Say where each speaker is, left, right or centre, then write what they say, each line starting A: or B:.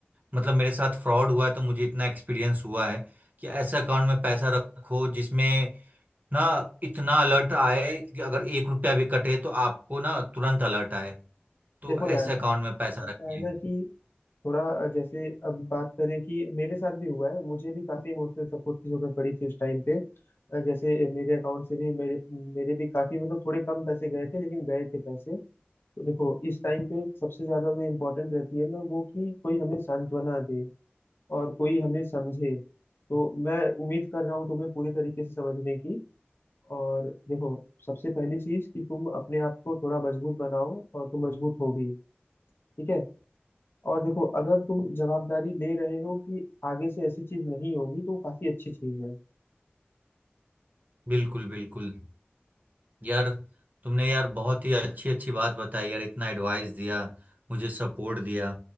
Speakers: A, on the right (about 45°); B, on the left (about 60°).
A: मतलब मेरे साथ फ्रॉड हुआ है तो मुझे इतना एक्सपीरियंस हुआ है कि ऐसे अकाउंट में पैसा रखो जिसमें ना इतना अलर्ट आए कि अगर एक रुपया भी कटे तो आपको ना तुरंत अलर्ट आए तो
B: देखो
A: ऐसे
B: यार
A: अकाउंट में पैसा
B: ऐसा
A: रखिए
B: है ना कि थोड़ा जैसे अब बात करें कि मेरे साथ भी हुआ है मुझे भी काफी इमोशनल सपोर्ट की जरूरत पड़ी थी उस टाइम पे अ, जैसे मेरे अकाउंट से भी मेरे मेरे भी काफी मतलब थोड़े कम पैसे गए थे लेकिन गए थे पैसे तो देखो इस टाइम पे सबसे ज्यादा जो इम्पोर्टेंट रहती है ना वो कि कोई हमें सांत्वना दे और कोई हमें समझे तो मैं उम्मीद कर रहा हूँ तुम्हें पूरे तरीके से समझने की और देखो सबसे पहली चीज कि तुम अपने आप को थोड़ा मजबूत बनाओ और तुम मजबूत हो भी ठीक है और देखो अगर तुम जवाबदारी ले रहे हो कि आगे से ऐसी चीज नहीं होगी तो वो काफी अच्छी चीज है
A: बिल्कुल बिल्कुल यार तुमने यार बहुत ही अच्छी अच्छी बात बताई यार इतना एडवाइस दिया मुझे सपोर्ट दिया